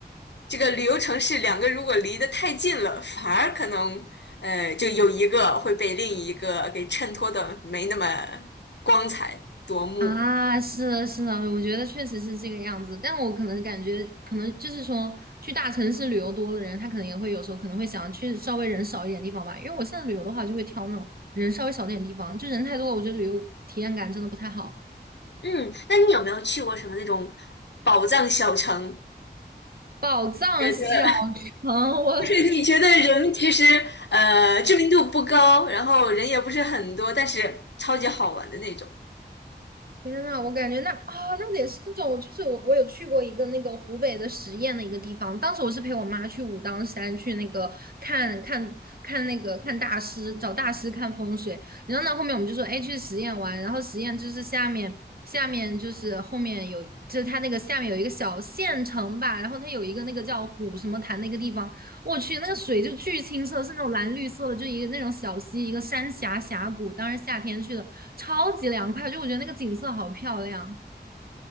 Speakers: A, on the left; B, on the right.
A: 这个旅游城市两个如果离得太近了，反而可能呃就有一个会被另一个给衬托的没那么光彩夺目。
B: 啊，是的，是的，我觉得确实是这个样子。但我可能感觉，可能就是说，去大城市旅游多的人，他可能也会有时候可能会想去稍微人少一点地方吧。因为我现在旅游的话，就会挑那种人稍微少点地方，就人太多了，我觉得旅游体验感真的不太好。
A: 嗯，那你有没有去过什么那种宝藏小城？
B: 宝藏小
A: 觉得
B: 城，我
A: 就是你觉得人其实呃知名度不高，然后人也不是很多，但是超级好玩的那种。
B: 天呐，我感觉那啊，那得是那种，就是我我有去过一个那个湖北的十堰的一个地方，当时我是陪我妈去武当山去那个看看看那个看大师，找大师看风水，然后呢后面我们就说，哎，去十堰玩，然后十堰就是下面下面就是后面有，就是它那个下面有一个小县城吧，然后它有一个那个叫虎什么潭的一个地方，我去，那个水就巨清澈，是那种蓝绿色的，就一个那种小溪，一个山峡峡谷。当时夏天去的，超级凉快，就我觉得那个景色好漂亮